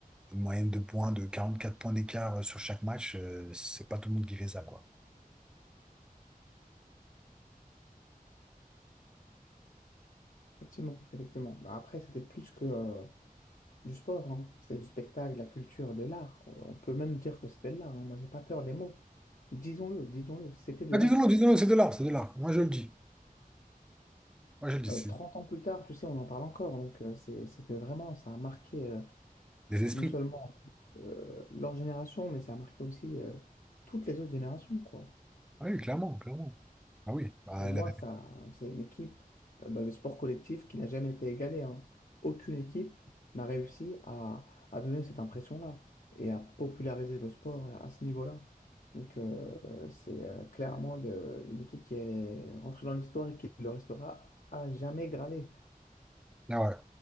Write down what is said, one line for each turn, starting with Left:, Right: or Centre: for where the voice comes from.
Centre: Une moyenne de points de 44 points d'écart euh, sur chaque match, euh, c'est pas tout le monde qui fait ça, quoi.
Left: Effectivement, effectivement. Bah, après, c'était plus que. euh, du sport, hein. C'est du spectacle, de la culture, de l'art. On peut même dire que c'était de l'art. hein. Moi, j'ai pas peur des mots. Disons-le, disons-le, c'était de
Centre: Ah,
Left: l'art.
Centre: disons-le, disons-le, c'est de l'art, c'est de l'art. Moi, je le dis. Moi, je le dis.
Left: Euh,
Centre: C'est
Left: 30 ans plus tard, tu sais, on en parle encore. Donc, euh, c'est, c'est que vraiment, ça a marqué euh,
Centre: des esprits.
Left: non seulement euh, leur génération, mais ça a marqué aussi euh, toutes les autres générations, quoi.
Centre: Ah Oui, clairement, clairement. Ah oui, bah,
Left: Pour moi,
Centre: là,
Left: ça, c'est une équipe euh, dans les sports collectifs qui n'a jamais été égalée. hein. Aucune équipe n'a réussi à, à donner cette impression-là et à populariser le sport à, à ce niveau-là. Donc, euh, c'est euh, clairement de- une équipe qui est rentrée dans l'histoire et qui le restera à jamais gravée.
Centre: là, ouais,